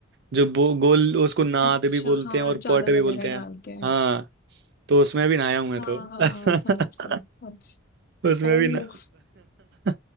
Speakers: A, on the right; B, on the left.
A: जो बो, गोल उसको नाद
B: अच्छा
A: भी बोलते
B: हाँ
A: हैं और
B: चारा
A: पॉट भी
B: वगैरह
A: बोलते हैं
B: डालते हैं
A: हाँ तो उसमें भी नहाया हूं मैं
B: हाँ
A: तो
B: हाँ
A: <laughs>
B: हाँ, समझ गई अच्छा
A: उसमें
B: ओ
A: भी ना <laughs>